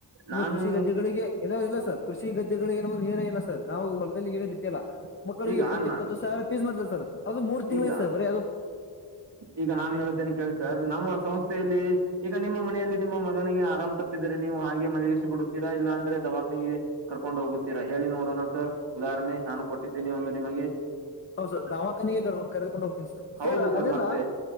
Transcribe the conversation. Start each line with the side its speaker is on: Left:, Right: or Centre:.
Left: ನಿಮಗೆ
Right: ನಾನು
Left: ಕೃಷಿ ಗದ್ದೆಗಳಿಗೆ ಎಲ್ಲ ಇಲ್ಲ ಸರ್ ಕೃಷಿ ಗದ್ದಗಳಿಗೆಏ ನೀರ ಇಲ್ಲ ಸರ್ ನಾವು ಹೊಲದಲ್ಲಿ ಏನನು ಬಿತ್ತಲ್ಲ ಮಕ್ಕಳಿಗೆ
Right: ಈಗ
Left: ಇಪ್ಪತ್ತು
Right: ನಾ
Left: ಇಪ್ಪತ್ತು ಸಾವಿರ ಪೀಸ್ ಮಾಡ್ತಾರೆ ಸರ್ ಅದು ಮೂರ್ ತಿಂಗಳಿಗೆ
Right: ಈಗ
Left: ಸರ್ ಬರೀ ಅದು
Right: ಈಗ ನಾನು ಹೇಳತೇನೆ ಕೇಳ ಸರ್ ನಮ್ಮ ಸಂಸ್ಥೆಯಲ್ಲಿ ಈಗ ನಿಮ್ಮ ಮನೆಯಲ್ಲಿ ನಿಮ್ಮ ಮ ಗೆ ಆರಾಮ್ ತಪ್ಪಿದರೆ ನೀವು ಹಾಗೆ ಮಲ್ಲಿಗಿಸಿ ಬಿಡುತ್ತೀರಾ ಇಲ್ಲ ಅಂದ್ರೆ ದವಾಾಕಣಿಗೆ ಕರ್ಕೊಂಡು ಹೋಗುತ್ತೀಾ ಹೇಳಿ ನೋಣ ಸರ್ ಉದಾಹರಣೆ ನಾನು ಕೊಟ್ಟಿದ್ದೀನಿ ಒಂದು ನಿಮಗೆ
Left: ಹೌದು ಸರ್ ದಾವಖನಿಗೆ ಕರ್ಕೊಂಡು ಹೋಗ್ತನ ಸ
Right: ಹೌದು
Left: ಸರ್ ಅದೆಲ್ಲಾ
Right: ಮತ್ತೆ